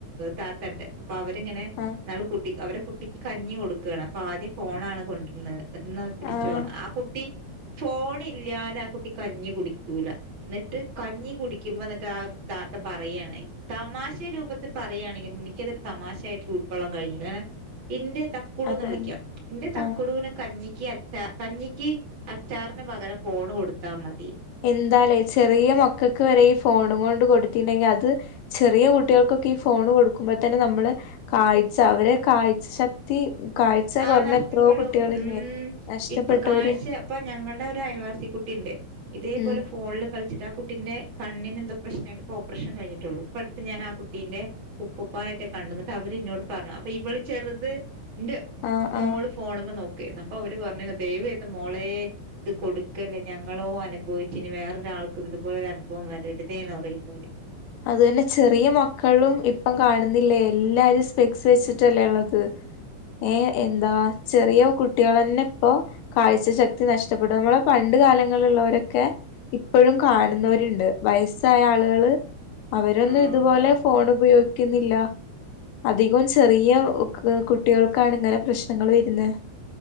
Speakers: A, on the right; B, on the left.
A: താത്തണ്ട് അപ്പൊ അവരിങ്ങനെ
B: ആഹ്
A: നാള് കുട്ടി അവരെടെ കുട്ടിക്ക് കഞ്ഞി കൊടുക്കുകയാണ് അപ്പൊ ആദ്യം ഫോണണ് കൊണ്ടിരുന്നത് ന്നാ പിടിച്ചോണം
B: ആഹ്
A: ആ കുട്ടി ഫോൺ ഇല്ലാതെ ആ കുട്ടി കഞ്ഞി കുടിക്കൂല എന്നിട്ട് കഞ്ഞി കുടിക്കുമ്പോ എന്നിട്ട് ആ താത്ത പറയുകയാണ് തമാശ രൂപത്തി പറയുകയാണെങ്കിലും എനിക്കതൊരു തമാശായിട്ട് ഉൾക്കൊള്ളൻ കഴിഞ്ഞില്ല കങ്ങനെ ഇന്റെ താ കൂടന്ന്
B: അതന്നെ
A: വിളിക്കാം ഇന്റെ തക്
B: ആഹ്
A: ന് കഞ്ഞിക്ക് അച്ച കഞ്ഞിക്ക് അച്ചാറിന് പകരം ഫോണ് കൊടുത്താ മതി
B: എന്താലേ ചെറിയ മക്കൾക്ക് വരെ ഈ ഫോണും കൊണ്ട് കൊടുത്തിണ്ടെങ്കിൽ അത് ചെറിയ കുട്ടികൾക്കൊക്കെ ഈ ഫോണ് കൊടുക്കുമ്പോ തന്നെ നമ്മള് കാഴ്ച അവരെ കാഴ്ച ശക്തി ത്തി കാഴ്ച
A: ആഹ്
B: കുറഞ്ഞ
A: നഷ്ടപ്പെടും
B: എത്രോ കുട്ടികളില്ലേ
A: ഉം
B: നഷ്ടപ്പെട്ടവര്
A: ഇപ്പൊ കാഴ്ച ഇപ്പൊ ഞങ്ങളുടെ ഒരു അയൽവാസി കുട്ടി ഉണ്ട് ഇതേപോലെ
B: ഉം
A: ഫോണിൽ കളിച്ചിട്ട് ആ കുട്ടിന്റെ കണ്ണി എന്തോ പ്രശ്ന ആട്ട്പ്പപ്പോ ഓപ്പറേഷൻ കഴിഞ്ഞട്ടുള്ളു ഇപ്പ അടു ഞൻ ആ കുട്ടീന്റെ ഉപ്പപ്പാനായിട്ടെ കണ്ടന്നിട്ട് അവര്ന്നോട് പറഞ്ഞു അപ്പൊ ഇവള് ചെറുത് ഇന്റെ
B: ആഹ്
A: മോള്
B: ആഹ്
A: ഫോണുമ്പോ നോക്കരുന്നു അപ്പൊ അവര് പറഞ്ഞു ദൈവ ഏത് മോളെ ഇത് കൊടുക്കല്ലേ ഞങ്ങളോ അനുഭവിച്ച ഇനി വേറൊരാൾക്കും ഇതുപോലെ ഒരു അനുഭവം വരരുതേ എന്ന് പറയുന്നവ
B: അത് തന്നെ ചെറിയ മക്കളും ഇപ്പം കാണുന്നില്ലേ എല്ലാരും സ്പെക്സ് വെച്ചിട്ടല്ലേ ഉള്ളത് ഏ എന്താ ചെറിയ കുട്ടി കുട്ടികൾ തന്നെ ഇപ്പോൊ കാഴ്ച ശക്തി നഷ്ടപ്പെടും നമ്മളെ പണ്ട് കാലങ്ങളിലുള്ളവരൊക്കെ ഇപ്പോഴും കാണുന്നവരുണ്ട് വയസ്സായ ആളുകള് അവരൊന്നും
A: ആഹ്
B: ഇതുപോലെ ഫോൺ ഉപയോഗിക്കുന്നില്ല അധികവും ചെറിയ കു കുട്ടികൾക്കാണ് ഇങ്ങനെ പ്രശ്നങ്ങൾ വരുന്നെ